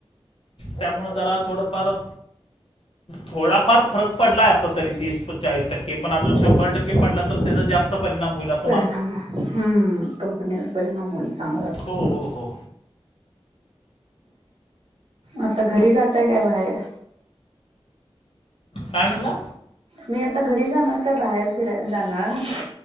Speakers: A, on the left; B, on the right.
A: त्यामुळे जरा थोडफार. थोडाफार फरक पडला आहे आता तरी तीस पचाळीस टक्के पण अजून शंभर टक्के पडला तर त्याच जास्त परिणाम होईल अस
B: परिणाम. हम् कंपनीवर परिणाम होईल चांगलाच.
A: हो हो हो
B: आता घरी जातय काय बाहेर?
A: काय म्हणला?
B: मी आता घरी जाणार काय बाहेर फिराय जाणार.